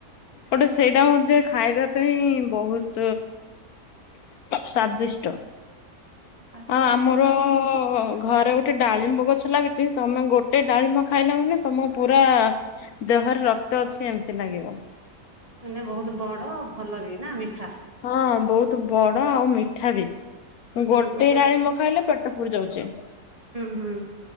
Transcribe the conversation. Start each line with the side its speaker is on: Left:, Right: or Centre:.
Left: ଗୋଟେ ସେଇଟା ମଧ୍ୟ ଖାଇବା ପାଇଁ ବହୁତ ସ୍ଵାଦିଷ୍ଟ
Right: ତାକୁ
Left: ଆଉ
Right: ଆକ୍ଚୁଆଲି
Left: ଆମର ଅ ଘରେ ଗୋଟେ ଡାଳିମ୍ବ ଗଛ ଲାଗିଛି ତମେ ଗୋଟେ ଡାଳିମ୍ବ ଖାଇଲ ମାନେ ତମକୁ ପୁରା ଦେହରେ ରକ୍ତ ଅଛି ଏମିତି ଲାଗିବ।
Right: ମାନେ ବହୁତ ବଡ ଆଉ ଭଲ ବି ନା ମିଠା।
Left: ହଁ ବହୁତ ବଡ ଆଉ ମିଠା ବି।
Right: ହୁଁ
Left: ଗୋଟେ
Right: ହୁଁ
Left: ଡାଳିମ୍ବ ଖାଇଲେ ପେଟ ପୁରି ଯାଉଚି।
Right: ହୁଁ